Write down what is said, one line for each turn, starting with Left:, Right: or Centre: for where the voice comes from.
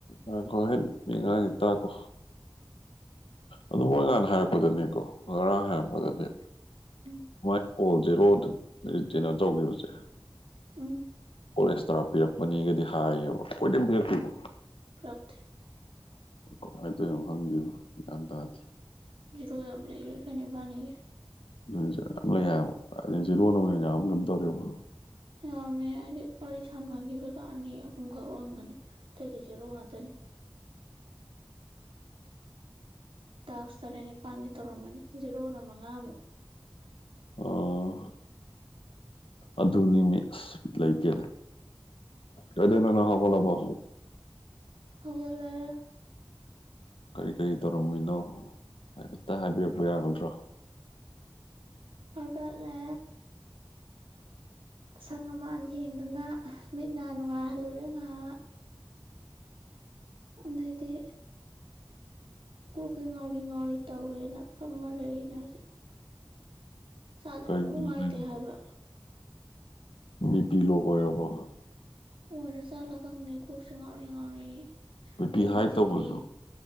Left: ꯉꯥꯏꯈꯣꯍꯩꯠ ꯃꯤꯅ ꯉꯥꯡꯉꯤꯁꯦ ꯇꯥꯈꯣ ꯑꯗꯨ ꯃꯣꯏ ꯉꯍꯥꯟ ꯍꯥꯏꯔꯛꯄꯗꯅꯦꯀꯣ ꯉꯔꯥꯡ ꯍꯥꯏꯔꯛꯄꯗꯗꯤ
Right: ꯎꯝ
Left: ꯃꯥꯏ ꯀꯣꯜ ꯖꯦꯔꯣꯗ ꯀꯩꯅꯣ ꯇꯧꯈꯤꯕꯁꯦ
Right: ꯎꯝ
Left: ꯀꯣꯜ ꯑꯦꯛꯁꯇ꯭ꯔꯥ ꯄꯤꯔꯛꯄꯅꯤꯒꯗꯤ ꯍꯥꯏꯌꯦꯕ ꯈꯣꯏꯗꯤ ꯑꯝ ꯄꯤꯔꯛꯇꯦꯀꯣ
Right: ꯄꯤꯔꯛꯇꯦ
Left: ꯀꯃꯥꯏ ꯇꯧꯔꯤꯅꯣ ꯈꯪꯗꯦꯕ ꯒ꯭ꯌꯥꯟ ꯇꯥꯗꯦ
Right: ꯖꯦꯔꯣ ꯌꯥꯝ ꯂꯩꯔꯦ ꯀꯩꯅꯦ ꯏꯕꯥꯟꯅꯤꯒꯤ
Left: <unintelligible> ꯖꯦꯔꯣꯅꯕꯨ ꯍꯦꯟꯅ ꯌꯥꯝꯒꯨꯝ ꯇꯧꯔꯦꯕꯣ
Right: ꯌꯥꯝꯃꯦ ꯍꯥꯏꯗꯤ ꯋꯥꯔꯤ ꯁꯥꯟꯅꯈꯤꯕꯗꯣ ꯑꯅꯤ ꯑꯍꯨꯝꯈꯛ ꯑꯣꯏꯔꯝꯒꯅꯤ ꯑꯇꯩꯗꯤ ꯖꯦꯔꯣ ꯉꯥꯛꯇꯅꯤ ꯇꯥꯛꯁ ꯇꯔꯦꯠ ꯅꯤꯄꯥꯜꯗꯤ ꯇꯧꯔꯝꯃꯅꯤ ꯖꯦꯔꯣꯅ ꯃꯉꯥꯃꯨꯛ
Left: ꯑꯣ ꯑꯗꯨꯅꯤꯅꯦ ꯑꯁ ꯕꯤꯠ ꯂꯩꯇꯦꯗ ꯀꯩꯗꯧꯔꯤꯅꯣ ꯅꯪ ꯍꯧꯒꯠꯂꯕꯣ
Right: ꯍꯧꯒꯠꯂꯦ
Left: ꯀꯔꯤ ꯀꯔꯤ ꯇꯧꯔꯝꯃꯤꯅꯣ ꯍꯥꯏꯐꯦꯠꯇ ꯍꯥꯏꯕꯤꯔꯛꯄ ꯌꯥꯒꯗ꯭ꯔꯣ
Right: ꯍꯧꯒꯠꯂꯦ ꯑꯁꯪ ꯑꯃꯥꯟ ꯌꯦꯡꯗꯅ ꯃꯤꯠ ꯅ ꯅꯨꯡꯉꯥꯏꯍꯜꯂꯨꯔꯦ ꯉꯥꯏꯍꯥꯛ ꯑꯗꯨꯗꯩꯗꯤ ꯀꯣꯛꯁꯦ ꯉꯥꯎꯔꯤ ꯉꯥꯎꯔꯤ ꯇꯧꯋꯦꯅ ꯐꯝꯃ ꯂꯩꯔꯤꯅꯦ ꯍꯧꯖꯤꯛ ꯏꯁꯥꯁꯦ
Left: ꯀꯔꯤꯒꯤꯅꯣ
Right: ꯏꯅꯨꯡ ꯅꯨꯡꯉꯥꯏꯇꯦ
Left: ꯍꯥꯏꯔꯤꯕ
Right: ꯍꯥꯏꯕ
Left: ꯕꯤ ꯄꯤ ꯂꯣ ꯑꯣꯏꯔꯕꯣ
Right: ꯑꯣꯏꯔꯖꯥꯠꯂ ꯈꯪꯗꯦ ꯀꯣꯛꯁꯦ ꯉꯥꯎꯔꯤ ꯉꯥꯎꯔꯤ
Left: ꯕꯤ
Right: ꯆꯤꯛꯂꯤ
Left: ꯄꯤ ꯍꯥꯏ
Right: ꯆꯤꯛꯂꯤ
Left: ꯇꯧꯕꯁꯨ